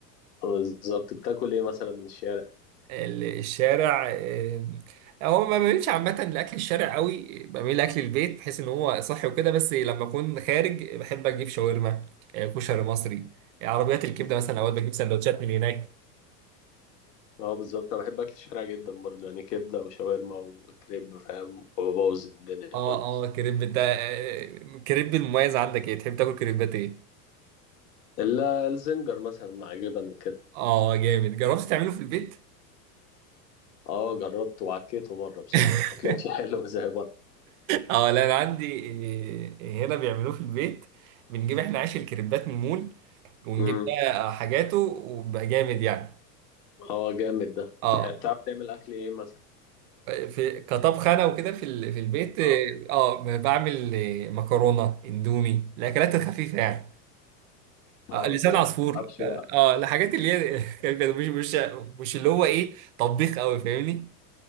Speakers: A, on the left; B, on the right.
A: بالظبط بتاكل ايه مثلا من الشارع
B: ال- الشارع آه، هو ما بميلش عامة لأكل الشارع قوي بميل لأكل البيت بحيث إن هو صحي وكده بس لما أكون خارج بحب أجيب شاورما آه، كشري مصري آه، عربيات الكبدة مثلا أوقات بجيب سندوتشات من هناك
A: اه بالظبط انا بحب اكل الشارع جدا برضه يعني كبده وشاورما وكريب فاهم وببوظ الدنيا
B: اه
A: خالص
B: اه كريب ده آه، كريب المميز عندك ايه تحب تاكل كريبات ايه؟
A: الا الزنجر مثلا مع جبن وكده
B: اه جامد جربت تعمله في البيت
A: اه جربته وعكيته مره بصراحه
B: <laughs>
A: ما طلعش <laughs> حلو زي بره
B: اه لا انا عندي إيه، هنا بيعملوه في البيت بنجيب احنا عيش الكريبات من المول ونجيب
A: امم
B: بقى حاجاته وبقى جامد يعني
A: اه جامد ده
B: اه
A: تح- بتعرف تعمل اكل ايه مثلا
B: في كطبخ انا وكده في ال- في البيت
A: اه
B: اه بعمل إيه، مكرونه اندومي الاكلات الخفيفه يعني
A: اه
B: آه لسان
A: جامد
B: عصفور
A: متعرفش
B: اه
A: بقى
B: آه، الحاجات اللي هي <laughs> خفيفة، مش مش مش اللي هو ايه طبيخ قوي فاهمني